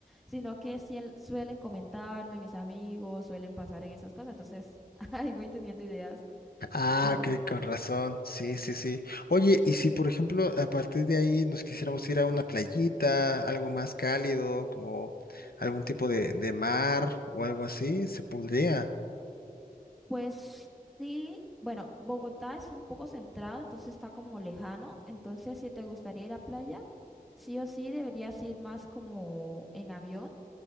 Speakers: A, in the centre; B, on the left.
A: sino que sí suelen comentarme mis amigos, suelen pasar en esas cosas, entonces <laughs> ahí voy teniendo ideas,
B: Ah,
A: pero
B: ok, con razón. Sí, sí, sí. Oye, y si por ejemplo a partir de ahí nos quisiéramos ir a una playita, algo más cálido, como algún tipo de, de mar o algo así, se podría.
A: pues sí, bueno, Bogotá es un poco centrado, entonces está como lejano, entonces si te gustaría ir a playa, sí o sí deberías ir más como en avión